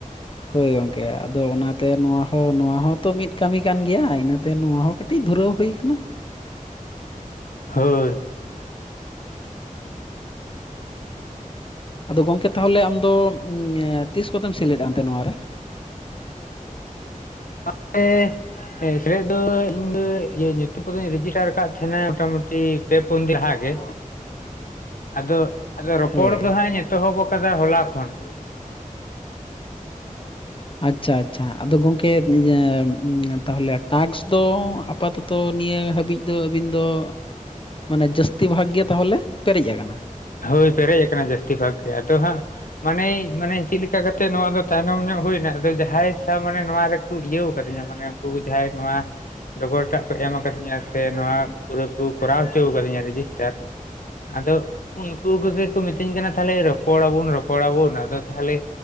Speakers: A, on the left; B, on the left.
A: ᱦᱳᱭ ᱜᱚᱝᱠᱮ ᱟᱫᱚ ᱚᱱᱟᱛᱮ ᱱᱚᱣᱟ ᱦᱚᱸ ᱱᱚᱣᱟ ᱦᱚᱸᱛᱚ ᱢᱤᱫ ᱠᱟᱹᱢᱤ ᱠᱟᱱ ᱜᱮᱭᱟ ᱤᱱᱟᱹᱛᱮ ᱱᱚᱣᱟ ᱦᱚᱸ ᱠᱟᱹᱤᱡ ᱠᱟᱹᱴᱤᱡ ᱫᱷᱩᱨᱟᱹᱣ ᱦᱩᱭ ᱟᱠᱟᱱᱟ
B: ᱦᱳᱭ
A: ᱟᱫᱚ ᱜᱚᱢᱠᱮ ᱛᱟᱦᱚᱞᱮ ᱟᱢᱫᱚ ᱛᱤᱥ ᱠᱚᱛᱮᱢ ᱥᱮᱞᱮᱫᱼᱟ ᱮᱱᱛᱮ ᱱᱚᱣ ᱨᱮ
B: ᱟ ᱮ ᱥᱮᱞᱮᱫ ᱫᱚ ᱤᱧ ᱫᱚ ᱧᱩᱛᱩᱢ ᱠᱚᱫᱚᱧ ᱨᱮᱡᱤᱥᱴᱟᱨ ᱟᱠᱟᱫ ᱛᱟᱦᱮᱸᱱᱟ ᱢᱚᱴᱟᱢᱩᱴᱤ ᱯᱮ ᱯᱩᱱ ᱫᱤᱱ ᱞᱟᱦᱟ ᱜᱮ ᱟᱫᱚ ᱟᱫᱚ ᱨᱚᱯᱚᱲ
A: ᱦᱳᱭ
B: ᱫᱚᱦᱟᱸᱜ ᱤᱧ ᱮᱛᱚᱦᱚᱵ ᱟᱠᱟᱫᱟ ᱦᱚᱞᱟ ᱠᱷᱚᱱ ᱾
A: ᱟᱪᱪᱷᱟ ᱟᱪᱪᱷᱟ ᱟᱫᱚ ᱜᱚᱝᱠᱮᱤᱭᱟᱹ ᱛᱟᱦᱚᱞᱮ ᱴᱠᱥ ᱫᱚ ᱟᱯᱟᱛ ᱛᱚ ᱱᱤᱭᱟᱹ ᱦᱟᱹᱵᱤᱡ ᱫᱚ ᱟᱹᱵᱤᱱ ᱫᱚ ᱢᱟᱱᱮ ᱡᱟᱹᱥᱛᱤ ᱵᱷᱟᱜᱽ ᱜᱮ ᱛᱟᱦᱚᱞᱮ ᱯᱮᱨᱮᱡ ᱟᱠᱟᱱᱟ
B: ᱦᱳᱭ ᱯᱮᱨᱮᱡ ᱟᱠᱟᱱᱟ ᱡᱟᱹᱥᱛᱤ ᱵᱷᱟᱜᱽ ᱜᱮ ᱟᱫᱚ ᱦᱟᱸᱜ ᱢᱟᱱᱮ ᱢᱟᱱᱮ ᱪᱮᱫᱞᱠᱟ ᱠᱟᱛᱮᱜ ᱱᱚᱣᱟ ᱫᱚ ᱛᱟᱭᱱᱚᱢ ᱧᱚᱜ ᱦᱩᱭᱱᱟ ᱟᱫᱚ ᱡᱟᱦᱟᱸᱭ ᱥᱟ ᱢᱟᱱᱮ ᱱᱚᱣᱟ ᱨᱮ ᱤᱭᱟᱹᱣ ᱟᱠᱟᱫᱤᱧᱟ ᱢᱟᱱᱮ ᱩᱱᱠᱩ ᱡᱟᱦᱟᱸᱭ ᱱᱚᱣᱟ ᱰᱚᱠᱚᱨᱴᱟᱜ ᱠᱚ ᱮᱢ ᱟᱠᱟᱫᱤᱧᱟ ᱥᱮ ᱱᱚᱣᱟ ᱯᱩᱨᱟᱹ ᱠᱚ ᱠᱚᱨᱟᱣ ᱦᱚᱪᱚ ᱟᱠᱟᱫᱤᱧᱟ ᱨᱮᱡᱤᱥᱴᱟᱨ ᱟᱫᱚ ᱩᱱᱠᱩ ᱠᱚᱜᱮ ᱠᱚ ᱢᱤᱛᱟᱹᱧ ᱠᱟᱱᱟ ᱛᱟᱦᱚᱞᱮ ᱨᱚᱯᱚᱲ ᱟᱵᱚᱱ ᱨᱚᱯᱚᱲᱟᱵᱚᱱ ᱟᱫᱚ ᱛᱟᱦᱚᱞᱮ